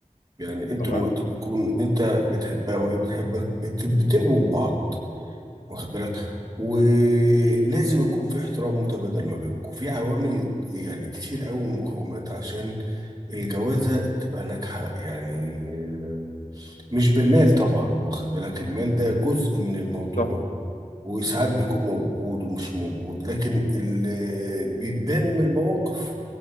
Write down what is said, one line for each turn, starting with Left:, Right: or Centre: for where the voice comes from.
Right: يعني انتوا
Left: تمام
Right: ما تكون انت بتحبها وهي بتحبك بت- بتقووا بعض واخد بالك ولازم
Left: مم.
Right: يكون في احترام متبادل ما بينكم في عوامل يعني كتير قوي مقومات عشان الجوازة تبقى ناجحة يعني آه، مش بالمال طبعا واخد بالك المال ده جزء من الموضوع
Left: صح
Right: وساعات بيكون موجود ومش موجود لكن اللي بيبان من المواقف